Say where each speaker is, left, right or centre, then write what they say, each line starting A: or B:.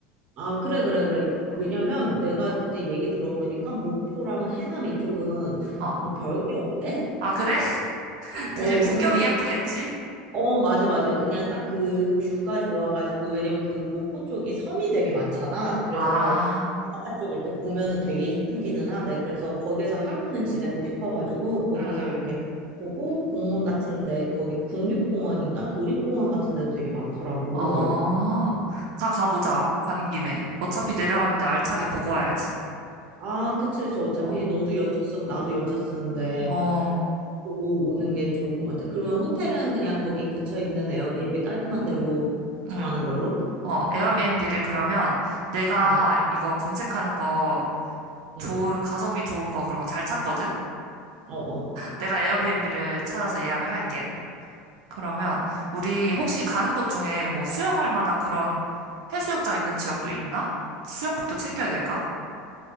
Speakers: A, on the right; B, on the right.
A: 아, 그래, 그래, 그래.
B: 어,
A: 왜냐면 내가
B: 어,
A: 그때 얘기 들어보니까 목포랑 해남 이쪽은
B: 어.
A: 뭐 별게 없대?
B: 아, 그래? <laughs> 대신
A: 어,
B: 풍경이
A: 그,
B: 예쁘겠지?
A: 어, 맞아, 맞아. 그냥 딱 그 뷰가 좋아가지고, 왜냐면 그 목포 쪽이 섬이 되게 많잖아. 그래서
B: 아,
A: 바깥쪽 이렇게 보면은 되게 이쁘기는 하대. 그래서 거기에서 하루는 지내고 싶어가지고 거기서
B: 음,
A: 이렇게 보고 공원 같은데 거기 국립공원인가 도립공원 같은데도 되게 많더라고.
B: 어, 다 가보자. 간 김에. 어차피 내려갔는데 알차게 보고 와야지.
A: 아, 그치, 그치. 어차피
B: 어,
A: 너도 연차 쓰고 나도 연차 쓰는데
B: 어,
A: 보고 오는 게 좋을 것 같아. 그러면 호텔은 그냥 거기 근처에 있는 에어비앤비 깔끔한 데로 정하는
B: 응.
A: 걸로?
B: 어, 에어비앤비를 그러면 내가
A: 응,
B: 이거 검색하는 거
A: 응.
B: 좋은, 가성비 좋은 거 그런 거 잘 찾거든?
A: 어, 어.
B: 내가 에어비앤비를 찾아서 예약을 할게. 그러면 우리 혹시 가는 곳 중에 뭐 수영할 만한 그런 해수욕장 있는 지역도 있나? 수영복도 챙겨야 될까?